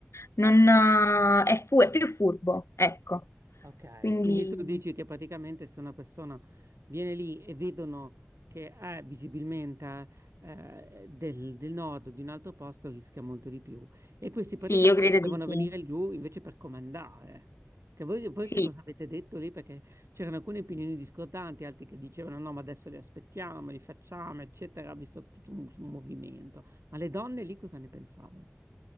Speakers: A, on the left (about 80°); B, on the right (about 80°).
A: Non, eh, è, fu- è più furbo, ecco.
B: Ok,
A: Quindi
B: quindi tu dici che praticamente se una persona viene lì e vedono che è visibilmente eh, del, del nord o di un altro posto rischia molto di più. E questi praticamente
A: sì, io credo
B: volevano
A: di sì.
B: venire giù invece per comandare. Che voi, voi
A: Sì.
B: che cosa avete detto lì? Perché c'erano alcune opinioni discordanti, altri che dicevano no, ma adesso li aspettiamo, li facciamo, eccetera. Ha visto tutto un, un movimento. Ma le donne lì cosa ne pensavano?